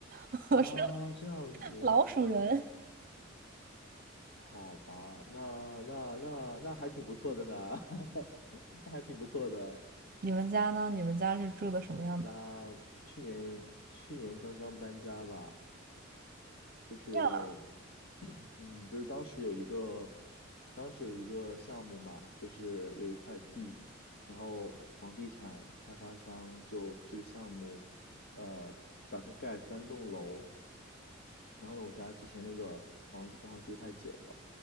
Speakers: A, on the right; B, on the left.
A: <laughs>
B: 啊，
A: 我是
B: 这样子，
A: 老鼠人。
B: 天呐，好吧，那那那那还挺不错的呢，<laughs> 那还挺不错的。
A: 你们家呢？你们家是住的什么样的？
B: 我们家去年去年刚刚搬家吧，就是
A: 呀，
B: 嗯，就是当时有一个，当时有一个项目嘛，就是有一块地，然后房地产开发商就这个项目，呃，打算盖三栋楼。然后呢，我家之前那个房子刚好住太久了，